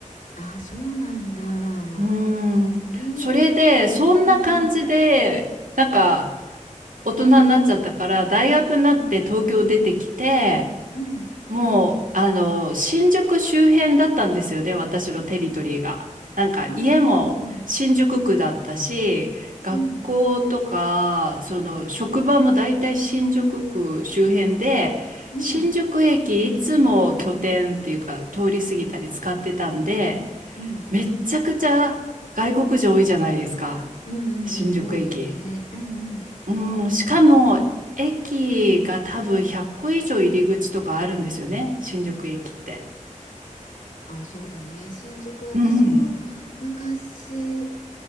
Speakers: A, on the left; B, on the right.
A: あーそうなんだ
B: うーん。
A: へえうんうん
B: それで、そんな感じで、なんか、大人になっちゃったから、大学になって東京出てきて、
A: うんうん
B: もう、あの、新宿周辺だったんですよね、私のテリトリーが。なんか、
A: おうおうおうおう
B: 家も新宿区だったし、学校とか、
A: うん
B: その、職場も大体新宿区周辺で、
A: うん
B: 新宿駅いつも拠点っていうか、通り過ぎたり使ってたんで、
A: うん
B: めっちゃくちゃ外国人多いじゃないですか。
A: うんうんうん多いよねうんうん
B: 新宿駅。うん、しかも駅が多分100個以上入り口とかあるんですよね。新宿駅って。
A: あ、そうだね。新宿、私も昔、
B: うん。